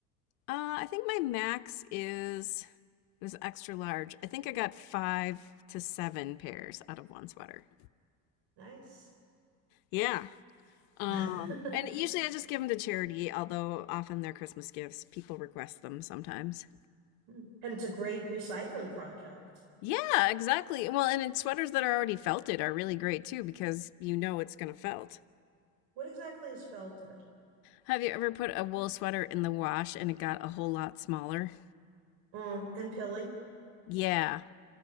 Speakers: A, on the left; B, on the right.
A: Uh, I think my max is it was extra large. I think I got five to seven pairs out of one sweater.
B: Nice.
A: Yeah. Um,
B: <laughs>
A: and usually I just give them to charity, although often they're Christmas gifts. People request them sometimes.
B: And it's a great recycling project.
A: Yeah, exactly. Well, and it's sweaters that are already felted are really great too because you know it's gonna felt.
B: What exactly is felted?
A: Have you ever put a wool sweater in the wash and it got a whole lot smaller?
B: Oh, and pilly.
A: Yeah.